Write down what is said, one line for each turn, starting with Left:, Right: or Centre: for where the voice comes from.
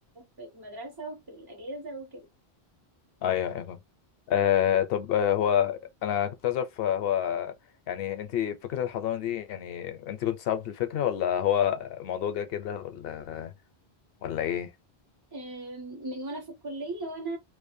Right: في المدرسه وفي الاجازه وكده.
Left: ايوه ايوه فاهم. آه طب آه هو انا كنت عايز اعرف آه، هو يعني انت فكره الحضانه دي يعني انت كنت صعب في الفكره ولا هو الموضوع جه كده ولا ولا ايه
Right: آم، من وانا في الكلية وانا